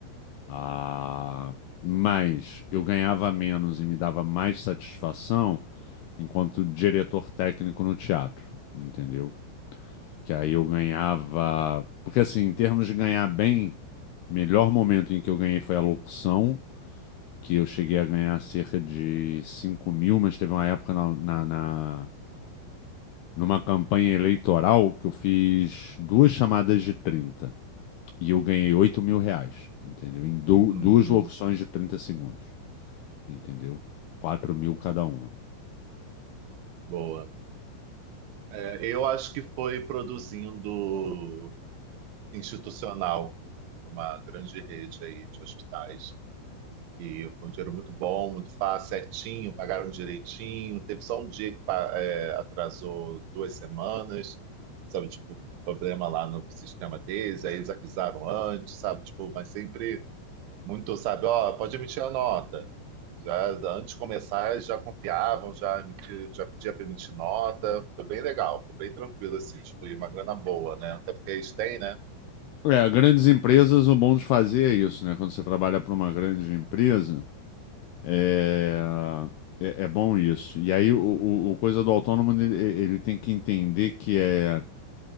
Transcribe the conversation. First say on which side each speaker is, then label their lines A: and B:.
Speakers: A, on the left (about 80°); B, on the right (about 80°).
A: Ah, mas eu ganhava menos e me dava mais satisfação enquanto diretor técnico no teatro, entendeu? Que aí eu ganhava. Porque assim, em termos de ganhar bem, o melhor momento em que eu ganhei foi a locução. Que eu cheguei a ganhar cerca de 5 mil, mas teve uma época na, na, na numa campanha eleitoral que eu fiz duas chamadas de 30 e eu ganhei oito mil reais, entendeu? Em du-
B: Uhum,
A: duas locuções de 30 segundos, entendeu? quatro mil cada uma.
B: boa. É, eu acho que foi produzindo institucional para uma grande rede aí de hospitais. E foi um dinheiro muito bom, muito fácil, certinho, pagaram direitinho. Teve só um dia que pa- é, atrasou duas semanas, sabe? Tipo, problema lá no sistema deles, aí eles avisaram antes, sabe? Tipo, mas sempre muito, sabe? Ó, pode emitir a nota. Já, já antes de começar, já confiavam, já, emiti, já pedia para emitir nota. Foi bem legal, foi bem tranquilo, assim, tipo, e uma grana boa, né? Até porque eles têm, né?
A: É, grandes empresas, o bom de fazer é isso, né? Quando você trabalha para uma grande empresa, é... É, é bom isso. E aí, o, o, o coisa do autônomo, ele, ele tem que entender que é